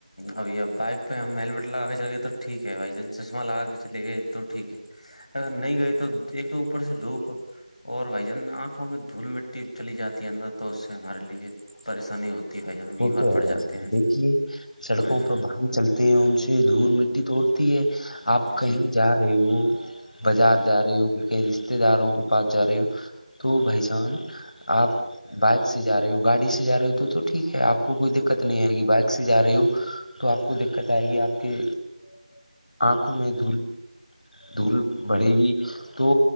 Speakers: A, on the left; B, on the left.
A: ابھی اب بائک پہ ہم ہیلمیٹ لگا کے چل گئے تو ٹھیک ہے بھائی ج چشمہ لگا کے چلے گئے تو ٹھیک ہے اگر نہیں گئے تو ایک تو اوپر سے دو اوپر اور بھائی جان آنکھوں میں دھول مٹی چلی جاتی ہے اندر تو اس سے ہمارے پریشانی ہوتی ہے بھائی جان بیمار
B: وہ تو ہے
A: پڑ جاتے
B: بھائی
A: ہیں
B: دیکھیے سڑکوں
A: ہاں جی
B: پر بائکے چلتے ہیں ان سے دھول مٹی تو اڑتی ہے آپ کہیں
A: جی
B: جا رہ رہی ہوں بازار جا رہی ہوں کہ کہیں رشتے داروں کے پاس جا رہی ہوں تو بھائی جان آپ بائک سے جا رہے ہو گاڑی سے جا رہے ہو تو تو ٹھیک ہے آپ کو کوئی دقت نہیں آئے گی بائک سے جا رہی ہو تو آپ کو دقت آئے گی آپ کے
A: ا <unintelligible>
B: آنکھوں میں دھول دھول بڑھے گی تو